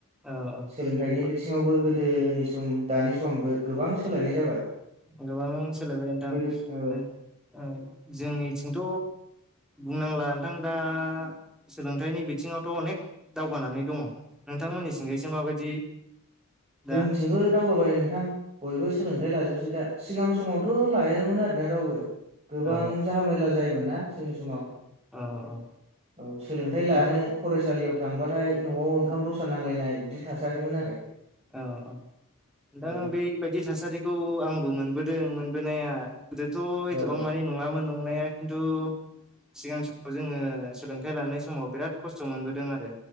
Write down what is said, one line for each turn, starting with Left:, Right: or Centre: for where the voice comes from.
Centre: औ
Right: सोलोंथाइनि
Centre: औ
Right: बिथिङावबो गो गोदोनि सम दानि समबो गोबां सोलायनाय जाबाय।
Centre: गोबां सोलायबाय नोंथां।
Right: गोदो ओ
Centre: जोंनिथिंथ' बुंनांला नोंथां दा सोलोंथाइनि बिथिङावथ' अनेख दावगानानै दङ। नोंथांमोननि थिंजायसो माबायदि? दा
Right: जोंनिथिंबो दावगाबाय नोंथां बयबो सोलों थाय लाजोबसै दा। सिगां समावथ' लायानोमोन आरोना रावबो गोबां
Centre: औ
Right: जाहामेला जायोमोन ना? जोंनि समाव
Centre: औ औ
Right: सोलोंथाइ लानो
Centre: दा
Right: फरायसालियाव थांबाथाय न'आव ओंखाम रसा नांलायनाय बिदि थासारिमोन आरो।
Centre: औ औ नोंथां।
Right: औ
Centre: बेबायदि थासारिखौ आं बो मोनबोदों मोनबोनाया। गोदोथ'
Right: औ
Centre: एथ'बां मानि नङामोन नं नाया खिन्थु सिगां समाव जोङो सोलोंथाइ लानाय समाव बिराद खस्थ' मोनबोदों आरो।